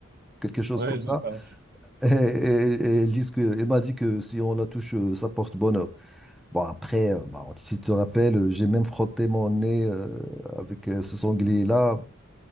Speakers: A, in the centre; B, on the right.
A: quelque chose
B: Ouais,
A: comme
B: je
A: ça.
B: sais pas.
A: Et, et- et elle dit que, il m'a dit que si on la touche, euh, ça porte bonheur. Bon, après, euh, bah, si tu te rappelles, euh, j'ai même frotté mon nez euh, avec euh, ce sanglier-là.